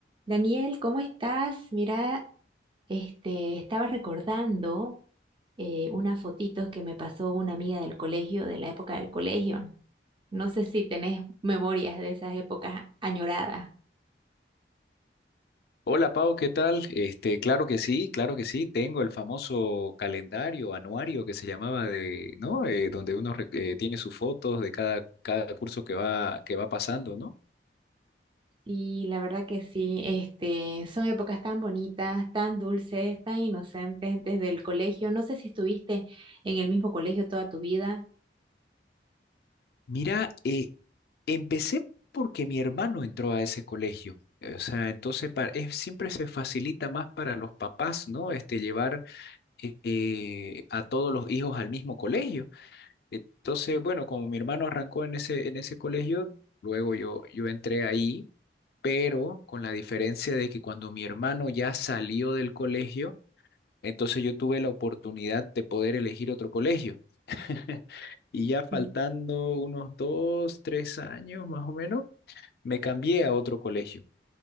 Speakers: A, on the right (about 30°); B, on the left (about 60°).
A: Daniel, ¿cómo estás? Mira, este, estaba recordando eh, unas fotitos que me pasó una amiga del colegio, de la época del colegio. No sé si tenés memorias de esas épocas añoradas.
B: Hola Pau, ¿qué tal? Este, claro que sí, claro que sí. Tengo el famoso calendario anuario que se llamaba de, ¿no? Eh, donde uno re- eh, tiene sus fotos de cada, cada curso que va, que va pasando, ¿no?
A: Y la verdad que sí, este, son épocas tan bonitas, tan dulces, tan inocentes desde el colegio. No sé si estuviste en el mismo colegio toda tu vida.
B: Mira, eh, empecé porque mi hermano entró a ese colegio. eh, O sea, entonces pa- es- siempre se facilita más para los papás, ¿no? Este, llevar eh, a todos los hijos al mismo colegio. Entonces, bueno, como mi hermano arrancó en ese, en ese colegio, luego yo, yo entré ahí, pero con la diferencia de que cuando mi hermano ya salió del colegio, entonces yo tuve la oportunidad de poder elegir otro colegio. <laughs> Y ya faltando
A: Sí.
B: unos dos, tres años más o menos, me cambié a otro colegio